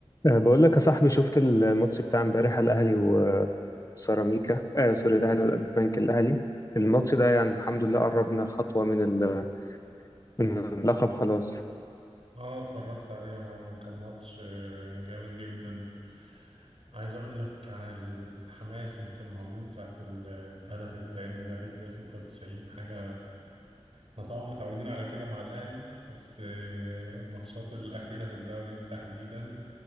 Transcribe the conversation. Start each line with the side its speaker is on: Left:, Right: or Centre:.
Left: أه، بقول لك يا صاحبي شفت الماتش بتاع امبارح الاهلي وسيراميكا آه سوري الاهلي والبنك الاهلي الماتش ده يعني الحمد لله قربنا خطوه من ال- من اللقب خلاص
Right: اه اتفرجت عليه يا معلم كان ماتش آه، جامد جدا عايز اقول لك عن ال- الحماس اللي كان موجود ساعة ال- الهدف التاني ده في الدقيقة 96 حاجة احنا طبعا متعودين على كده مع الاهلي بس آه، الماتشات الاخيرة في الدوري دي تحديدا